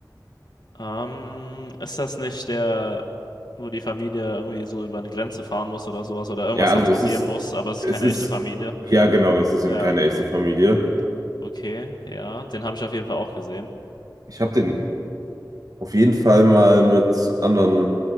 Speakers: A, on the left (about 70°); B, on the right (about 50°).
A: Ähm, ist das nicht der, wo die Familie irgendwie so über eine Grenze fahren muss oder sowas oder irgendwas
B: Ja,
A: transportieren
B: also es ist,
A: muss, aber es ist
B: es
A: keine
B: ist,
A: echte Familie?
B: ja genau, das ist eben
A: Ja,
B: keine echte Familie.
A: okay, ja. Den habe ich auf jeden Fall auch gesehen.
B: Ich habe den auf jeden Fall mal mit anderen